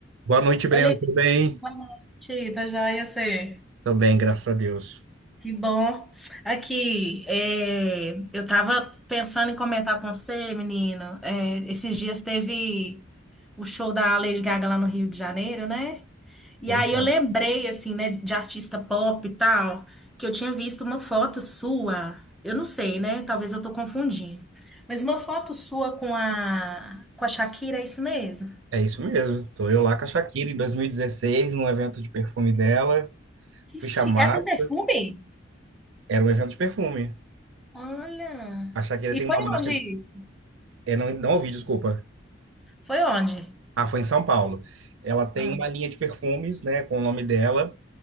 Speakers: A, on the right; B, in the centre.
A: Boa noite, Breno.
B: Oi, Levi,
A: Tudo bem?
B: boa noite, tá joia você?
A: Tô bem, graças a Deus.
B: Que bom. Aqui, é, eu tava pensando em comentar com você, menino. É, esses dias teve o show da Lady Gaga lá no Rio de Janeiro, né? E
A: Foi,
B: aí
A: então.
B: eu lembrei, assim, né, de artista pop e tal, que eu tinha visto uma foto sua. Eu não sei, né? Talvez eu tô confundindo. Mas uma foto sua com a, com a Shakira, é isso mesmo?
A: É isso mesmo. Tô eu lá com a Shakira em 2016, num evento de perfume dela.
B: Que
A: Fui
B: chique.
A: chamado.
B: Ela tem perfume?
A: Era um evento de perfume.
B: Olha.
A: A Shakira
B: E
A: tem
B: foi
A: uma marca
B: onde isso?
A: de... é, não, não ouvi, desculpa.
B: Foi onde?
A: Ah, foi em São Paulo. Ela tem
B: Ah,
A: uma linha de perfumes, né, com o nome dela.